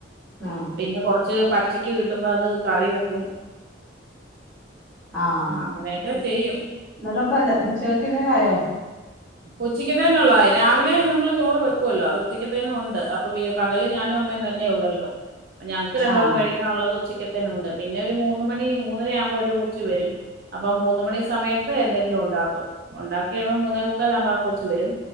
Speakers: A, in the centre; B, on the right.
A: ആഹ്
B: പിന്നെ കൊറച്ച് പച്ചക്ക് കിട്ടുമ്പോ അത് കറി വെക്കും
A: ആഹ്
B: അങ്ങനെയൊക്കെ
A: എന്നിട്ട്
B: ചെയ്യും
A: ഇപ്പോ അത് ഉച്ചയ്ക്കുള്ളത് ആയോ
B: ഉച്ചക്കത്തെനുള്ളതായി രാവിലെ നമ്മള് ചോറ് വെക്കുവല്ലോ അത് ഉച്ചക്കത്തെനും ഉണ്ട് അപ്പൊ വീ പകല് ഞാനും അമ്മേം തന്നെ ഉള്ളല്ലോ പ്പ ഞങ്ങക്ക് രണ്ട്
A: ആഹ്
B: പേർക്കും കഴിക് നുള്ളത് ഉച്ചക്കത്തെന് ഉണ്ട് പിന്നെ ഒരു മൂന്ന് മണി മൂന്നര ആവുമ്പോ ഒരു കൊച്ച് വരും അപ്പൊ മൂന്ന് മണി സമയത്ത് എന്തെങ്കിലും ഉണ്ടാക്കും ഉണ്ടാക്കി കഴിയുമ്പോ മൂന്നേ മു- - ക്കാലാവുമ്പോ ആ കൊച്ച് വരും